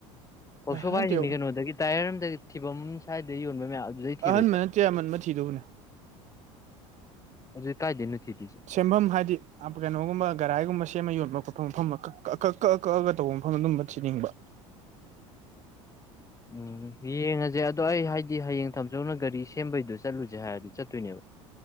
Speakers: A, on the left; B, on the right.
A: ꯋꯥꯛꯁꯣꯞ
B: ꯅꯠꯇꯦ
A: ꯍꯥꯏꯖꯤꯅꯤ ꯀꯩꯅꯣꯗꯒꯤ ꯇꯥꯏꯌꯔ ꯑꯃꯗꯒꯤ ꯐꯤꯕꯝ ꯁ꯭ꯋꯥꯏꯗ ꯌꯣꯟꯕ ꯃꯌꯥꯝ ꯑꯗꯨꯗꯩ ꯊꯤꯔꯣꯏꯗ꯭ꯔꯣ
B: ꯑꯍꯟꯕ ꯅꯠꯇ꯭ꯔꯦ ꯑꯃꯟꯕ ꯊꯤꯗꯧꯕꯅꯦ
A: ꯑꯗꯨ ꯀꯥꯏꯗꯩꯅꯣ ꯊꯤꯗꯣꯏꯁꯦ
B: ꯁꯦꯝꯕꯝ ꯍꯥꯏꯗꯤ ꯑꯥ ꯀꯩꯅꯣꯒꯨꯝꯕ ꯒꯔꯥꯏꯒꯨꯝꯕ ꯁꯦꯝꯃ ꯌꯣꯟꯕ ꯈꯣꯠꯄ ꯃꯐꯝ ꯀꯛ ꯀꯛꯑ ꯀꯛꯑꯒ ꯇꯧꯕ ꯃꯐꯝ ꯑꯗꯨꯝꯕ ꯊꯤꯅꯤꯡꯕ
A: ꯎꯝ ꯌꯦꯡꯉꯖꯦ ꯑꯗꯣ ꯑꯩ ꯍꯥꯏꯗꯤ ꯍꯌꯦꯡ ꯇꯥꯃꯣꯆꯧꯅ ꯒꯥꯔꯤ ꯁꯦꯝꯕꯩꯗꯨꯣ ꯆꯠꯂꯨꯖꯦ ꯍꯥꯏꯔꯗꯤ ꯆꯠꯇꯣꯏꯅꯦꯕ